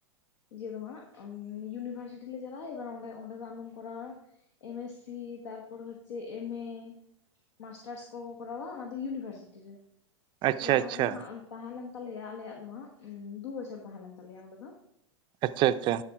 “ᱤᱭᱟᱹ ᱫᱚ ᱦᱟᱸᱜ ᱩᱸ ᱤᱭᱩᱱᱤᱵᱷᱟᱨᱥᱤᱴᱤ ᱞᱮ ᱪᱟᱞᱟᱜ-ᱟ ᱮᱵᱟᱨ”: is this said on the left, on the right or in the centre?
Left